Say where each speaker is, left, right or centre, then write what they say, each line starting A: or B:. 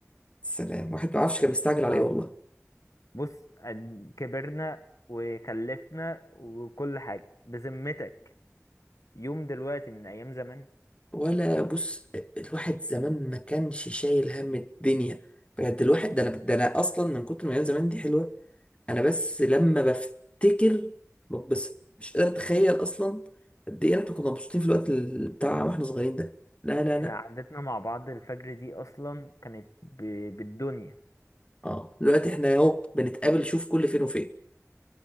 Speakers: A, on the left (about 20°); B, on the left (about 85°).
A: سلام واحد ما عارفش كان مستعجل على
B: أو.
A: ايه والله
B: بص أن- كبرنا وخلفنا وكل حاجة بذمتك يوم دلوقتي من ايام زمان
A: ولا بص الواحد زمان ما كانش شايل هم الدنيا بجد الواحد ده انا ده انا اصلا من كتر ما ايام زمان دي حلوه انا بس لما بفتكر بتبسط مش قادر اتخيل اصلا قد ايه احنا كنا مبسوطين في الوقت ال- بتاع واحنا صغيرين ده لا لا
B: احنا
A: لا
B: قعدتنا مع بعض الفجر دي اصلا كانت ب... بالدنيا
A: اه دلوقتي احنا اهو بنتقابل شوف كل فين وفين